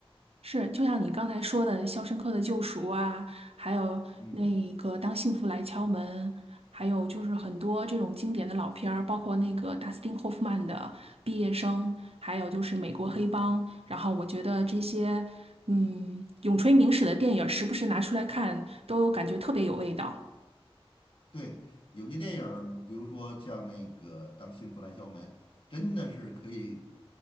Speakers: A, on the right; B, on the left.
A: 是，就像你刚才说的《肖申克的救赎》啊，还有那个《当幸福来敲门》，
B: 嗯
A: 还有就是很多这种经典的老片儿，包括那个达斯汀·霍夫曼的《毕业生》，还有就是《美国黑帮》。
B: 嗯。
A: 然后我觉得这些，嗯，永垂名史的电影，时不时拿出来看，都感觉特别有味道。
B: 对，有些电影儿比如说像那个《当幸福来敲门》，真的是可以